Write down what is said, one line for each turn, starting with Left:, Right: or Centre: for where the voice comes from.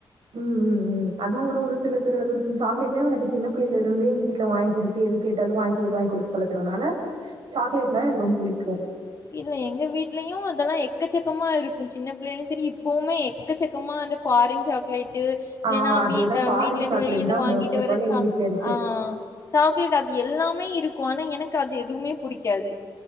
Right: ம் ம் ம் அது ஒரு ஒரு சில <unintelligible> எழுதறக்கும் சாக்லேட்லியு எனக்கு சின்ன புள்ளைலருந்தே எங்க வீட்ல வாங்கி குடுத்து எது கேட்டாலு வாங்கி கு வாங்கி குடுத்து பழக்கறதுனால சாக்லேட்னா எனக்கு ரொம்ப புடிக்கு
Left: இல்ல எங்க வீட்லயு அதெல்லா எக்கச்சக்கமா இருக்கு சின்ன பிள்ளைலியு சரி இப்பவுமே எக்கச்சக்கமா அந்த ஃபாரின் சாக்லேட்டு
Right: ஆ
Left: இல்லனா
Right: அதே
Left: வீட்ல
Right: தான் ஃபாரின்
Left: அ வீட்லருந்து
Right: சாக்லேட்
Left: வெளிய இருந்து
Right: தான்
Left: வாங்கிட்டு
Right: மோஸ்ட் ஆஃப்
Left: வர
Right: ஆல்
Left: ச
Right: எங்க வீட்ல இருக்கும்.
Left: ஆ சாக்லேட் அது எல்லாமே இருக்கு ஆனா எனக்கு அது எதுமே பிடிக்காது